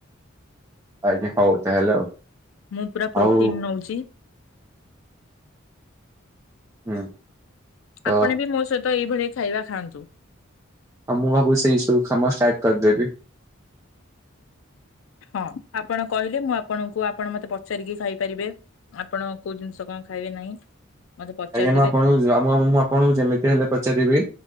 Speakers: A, on the right; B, on the left.
A: ଆଜ୍ଞା ହଉ ତାହେଲେ ଆଉ
B: ମୁଁ ପୁରା ପ୍ରୋଟିନ
A: ଆଉ
B: ନଉଛି
A: ହୁଁ ତ
B: ଆପଣ ବି ମୋ ସହିତ ଏଇଭଳି ଖାଇବା ଖାଆନ୍ତୁ
A: ଆଉ ମୁଁ ଭାବୁଛି ସେଇ ସବୁ କାମ ଷ୍ଟାର୍ଟ କରିଦେବି
B: ହଁ ଆପଣ କହିଲେ ମୁଁ ଆପଣଙ୍କୁ କୁ ଆପଣ ମତେ ପଚାରିକି ଖାଇ ପାରିବେ ଆପଣ କୋଉ ଜିନିଷ କଣ ଖାଇବେ ନାହିଁ ମତେ ପଚାରିଦେବେ
A: ଆଜ୍ଞା ମୁଁ ଆପଣଙ୍କୁ ମୁଁ ଆପଣଙ୍କୁ ଯେମିତି ହେଲେ ପଚାରିବି